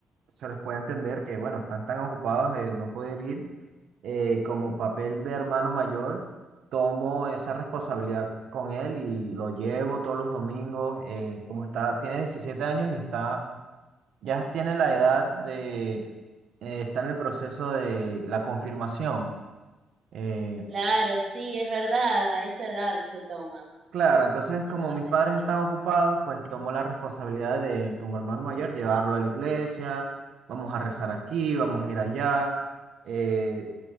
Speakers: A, on the right (about 75°); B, on the right (about 50°).
A: se les puede entender que, bueno, están tan ocupados de no poder ir. eh, como papel de hermano mayor, tomo esa responsabilidad con él y lo llevo todos los domingos. eh, como está, tiene 17 años y está, ya tiene la edad de, eh, está en el proceso de la confirmación. Eh,
B: Claro, sí, es verdad, a esa edad se toma.
A: claro, entonces
B: Se,
A: como mis
B: se
A: padres
B: confirma.
A: están ocupados, pues tomo la responsabilidad de, como hermano mayor, llevarlo a la iglesia, vamos a rezar aquí, vamos a ir allá. eh,